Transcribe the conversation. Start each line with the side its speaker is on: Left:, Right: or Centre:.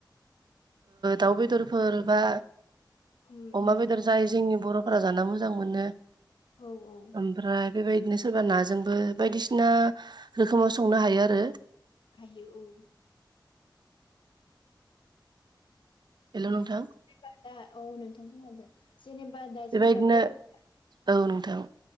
Right: दाउ बेदरफोर बा
Left: उम
Right: अमा
Left: उम
Right: बेदर
Left: उम
Right: जायो जोंनि बर'फोरा जाना मोजां मोनो।
Left: औ औ
Right: ओमफ्राय बेबायदिनो सोरबा नाजोंबो बायदिसिना रोखोमाव संनो हायो आरो।
Left: हायो औ।
Right: हेल' नोंथां।
Left: जेनेबा दा औ नोंथां खोनादों जेनेबा दा
Right: बेबायदिनो
Left: जोंनिया बर'फोरा
Right: औ नोंथां।